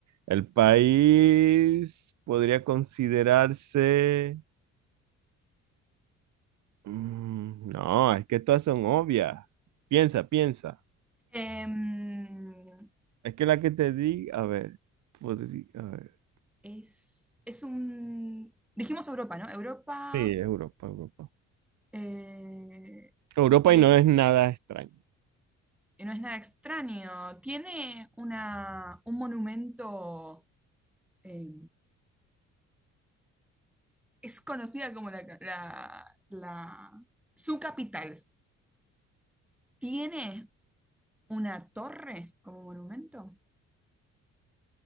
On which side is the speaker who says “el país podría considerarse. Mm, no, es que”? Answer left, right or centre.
Right